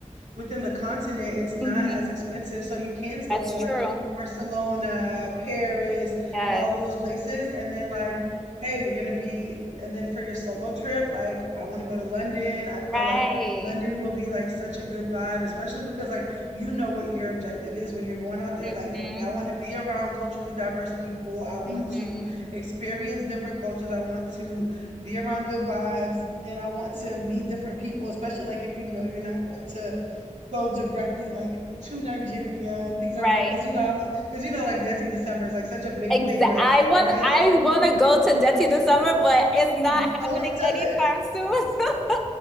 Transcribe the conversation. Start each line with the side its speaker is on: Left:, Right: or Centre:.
Right: within the continent it's not
Centre: Mm-hmm.
Right: as expensive so you can still
Centre: That's
Right: go to
Centre: true.
Right: like Barcelona, Paris
Centre: Yes.
Right: and all of those places and then like hey you're going to be and then for your solo trip like I want to go to London I feel
Centre: Right.
Right: like London will be like such a good vibe especially because like you know what your objective is when you're going out there
Centre: Mm-hmm.
Right: like hey I want to be around culturally diverse people I want
Centre: Mm-hmm.
Right: to experience different cultures I want to be around good vibes and I want to meet different people, especially like if you know you're not going to go directly like to Nigeria and things like
Centre: Right.
Right: that. Cause you know, I'm cause you know, like Dirty December is like such a big
Centre: Exactly.
Right: thing right
Centre: I
Right: now,
Centre: want
Right: right?
Centre: I
Right: Like,
Centre: want to go to Jetty this summer, but it's not
Right: <laughs> girl, who
Centre: happening
Right: you telling?
Centre: anytime soon. <laughs>